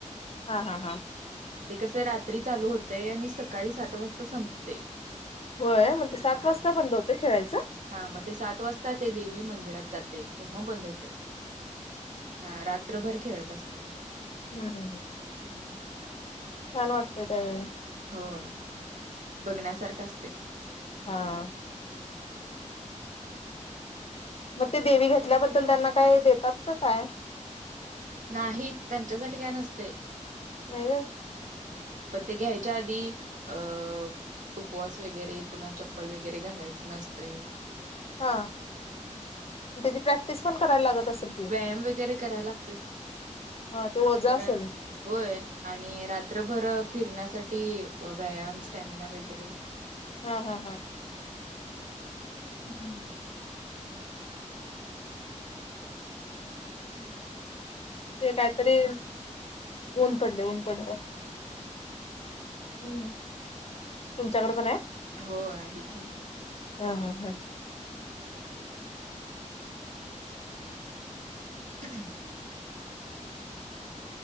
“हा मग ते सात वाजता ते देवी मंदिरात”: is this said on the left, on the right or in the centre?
Right